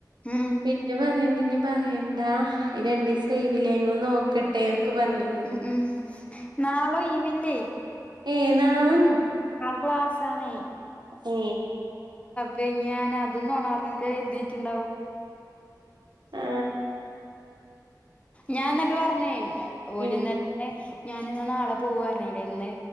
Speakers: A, on the left; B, on the right.
A: ഉം
B: പിന്നെ പറയണ്ട ഇനി പറയണ്ടാ രണ്ട്സം ഒഴിവില്ലേ ങ്ങൾ നോക്കട്ടെ പറഞ്ഞീന്നു
A: ഉ ഉം നാളേ ഒഴിവില്ലേ
B: ഏ നാളെ
A: ആ ക്ലാസ് ആണേ
B: ഏ
A: ബെങ്ങിയാന അതൊന്നോണർന്നക്ക എഴുതിട്ടുണ്ടാവും
B: ആ
A: ഞാൻ എന്നിട്ട് പറഞ്ഞേ ഓലന്നര
B: ഉം
A: ഞൻ ഇ നാളെ പോവ പറഞ്ഞേല്ലേ ഇന്ന്